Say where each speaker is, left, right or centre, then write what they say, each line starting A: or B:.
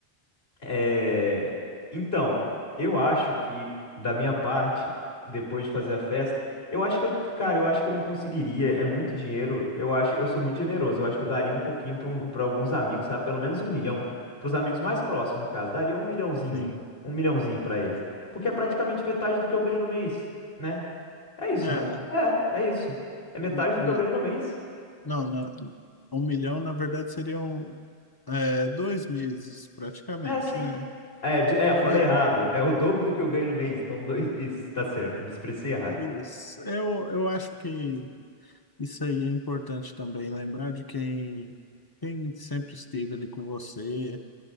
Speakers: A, on the left; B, on the left.
A: É, Então, eu acho que, da minha parte, depois de fazer a festa, eu acho que eu, cara, eu acho que eu não conseguiria, é muito dinheiro, eu acho, eu sou muito generoso, eu acho que eu daria um pouquinho para um, para alguns amigos, sabe? Pelo menos um milhão, para os amigos mais próximos, no caso, daria um milhãozinho,
B: sim.
A: um milhãozinho para eles, porque é praticamente metade do que eu ganho no mês, né? É isso,
B: É,
A: não é? É, é isso. É metade
B: na-
A: do
B: na-
A: que eu ganho no mês.
B: não, na- um milhão na verdade seriam é, dois meses praticamente,
A: É, sim.
B: né?
A: É, de- é, eu falei
B: Mas
A: errado. É o dobro do que eu ganho no mês. Então, dois. Isso, tá certo. Me expressei errado.
B: isso, eu, eu acho que isso aí é importante também, lembrar de quem, quem sempre esteve ali com você,